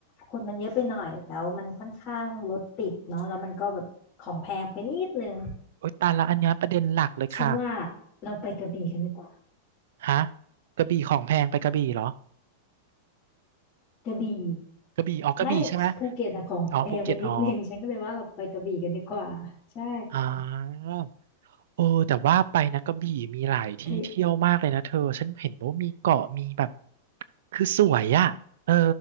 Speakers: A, on the left; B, on the right.
A: คนมันเยอะไปหน่อยแล้วมันค่อนข้างรถติดเนาะแล้วมันก็แบบของแพงไปนิดนึง
B: โอ๊ยตายละอันเนี้ยประเด็นหลักเลยค่ะ
A: ฉันว่าเราไปกระบี่กันดีกว่า
B: ฮะกระบี่ของแพงไปกระบี่เหรอ
A: กระบี่
B: กระบี่อ๋อกระบี่ใช่ไหม
A: ไม่ภูเก็ตนะของแพงไปนิดนึง
B: อ๋อภูเก็ตอ๋อ
A: <laughs> ฉันก็เลยว่าเราไปกระบี่กันดีกว่าใช่
B: อ่าโอ้แต่ว่าไปนะกระบี่มีหลายที่เที่ยวมากเลยนะเธอฉันเห็นว่ามีเกาะมีแบบ
A: เธอ
B: คือสวยอ่ะเออ